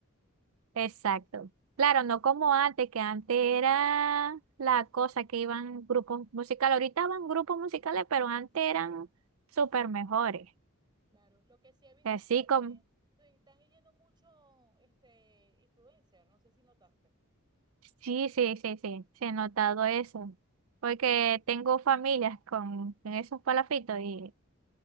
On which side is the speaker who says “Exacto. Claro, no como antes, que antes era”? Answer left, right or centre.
Right